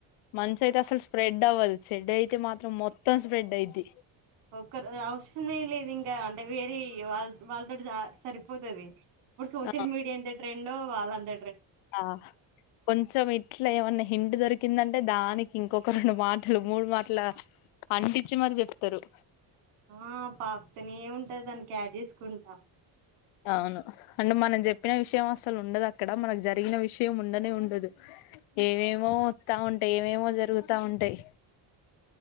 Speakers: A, on the left; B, on the right.
A: మంచి అయితే అసలు స్ప్రెడ్ అవ్వదు చెడ్ అయితే మాత్రం మొత్తం స్ప్రెడ్ అయిది
B: ఒ అవసరమే లేదు ఇంకా అంటే వేరే వాళ్ళ వాళ్ళతో జ సరిపోతుది ఇప్పుడు సోషల్
A: ఆ
B: మీడియా ఎంత ట్రెండో వాళ్ళ అంత
A: ఆ కొంచెం ఇట్లా ఏమన్నా హింటు దొరికిందంటే దాని కి ఇంకొక రెండు మాటలు మూడు మాటల అంటించి మరి చెప్తారు
B: ఆ పాకుతనే ఉంటది దానికి యాడ్ చేసుకుంటా
A: అవును అంటే మనం చెప్పిన విషయం అసలు ఉండదు అక్కడ మనకు జరిగిన విషయం ఉండనే ఉండదు ఏమేమో వస్తా ఉంటాయి ఏమేమో జరుగుతా ఉంటాయి